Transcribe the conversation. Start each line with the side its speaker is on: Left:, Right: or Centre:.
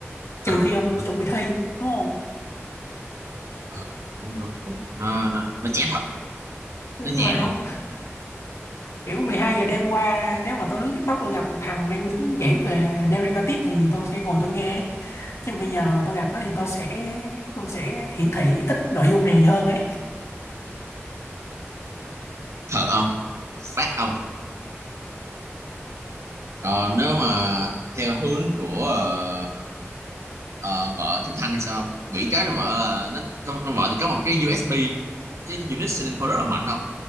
Left: trừ
Right: ờ ừ,
Left: khi ông
Right: đúng
Left: chuẩn bị thi đúng không
Right: ừ, đúng đúng đúng nó nó, nó chán thật
Left: đúng
Right: nó nhàm
Left: rồi không
Right: không
Left: kiểu 12 giờ đêm qua nếu mà tôi lướt TikTok tôi gặp một thằng đang đứng giảng về derivative thì tôi sẽ ngồi tôi nghe nhưng bây giờ mà tôi gặp nó thì tôi sẽ tôi sẽ hiển thị ít nội dung này hơn ấy
Right: thật không phát không còn nếu mà theo hướng của ờ, ờ, vợ Kim Thanh thì sao nghĩ cái trong vợ là nó trong, trong vợ thì có một cái USB cái unit selling point rất là mạnh không